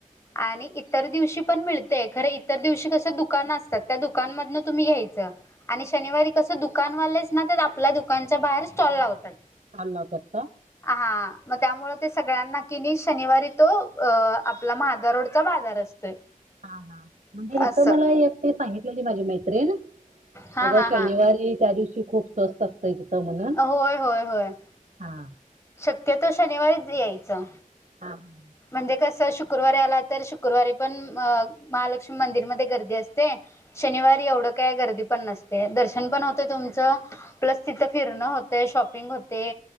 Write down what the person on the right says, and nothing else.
अल तर.
हा हा म्हणजे हथ
मला एकट सांगितलेली माझी मैत्रीण.
अग
शनिवारी
त्या दिवशी खूप स्वस्त असतंय तिथं म्हण.
हा.
हां हां.